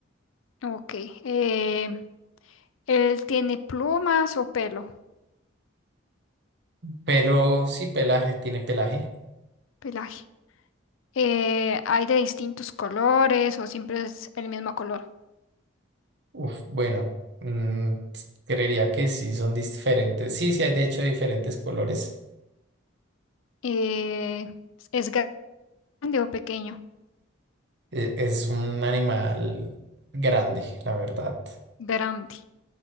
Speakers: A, on the left (about 80°); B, on the right (about 55°).
A: Ok. eh, ¿él tiene plumas o pelo?
B: Pero sí, pelaje, tiene pelaje.
A: Pelaje. Eh, ¿hay de distintos colores o siempre es el mismo color?
B: Uf, bueno, mm, s- creería que sí son diferentes. Sí, sí hay de hecho diferentes colores.
A: Eh, ¿es grande o pequeño?
B: E- Es un animal grande, la verdad.
A: Grande.